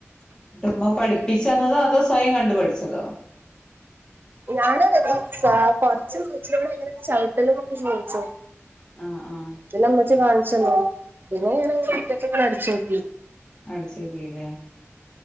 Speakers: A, on the left; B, on the right.
A: ട്ട് മ്മ പഠിപ്പിച്ചന്നതോ അതോ സ്വയം കണ്ടുപഠിച്ചതോ?
B: ഞാന് <unintelligible> കോ കൊറച്ചു മ്മച്ചിനോട് എങ്ങന ചൗട്ടല്ന്നൊക്കെ ചോയിച്ചു
A: ആഹ് ആഹ്
B: പിന്നെ ഇമ്മച്ചി കാണിച്ചന്നു പിന്നെ ഞാനങ്ങനെഒറ്റക്കൊക്കെണ്ട് അടിച്ചോക്കി
A: അടിച്ചോകില്ലേ